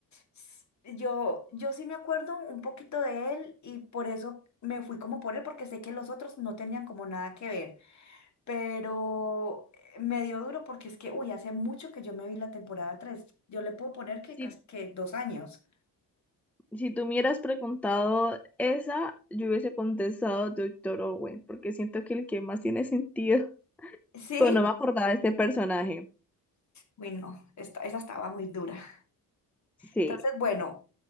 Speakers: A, on the left; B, in the centre.
A: S- Yo, yo sí me acuerdo un poquito de él y por eso me fui como por él, porque sé que los otros no tenían como nada que ver, pero eh, me dio duro porque es que, uy, hace mucho que yo me vi la temporada tres Yo le puedo poner que
B: Si,
A: casi que dos años.
B: si tú me hubieras preguntado esa, yo hubiese contestado Doctor Owen, porque siento que el que más tiene sentido, <laughs>
A: Sí,
B: pero no me acordaba de este personaje.
A: uy, no, esta- esa estaba muy dura.
B: Sí.
A: Entonces, bueno.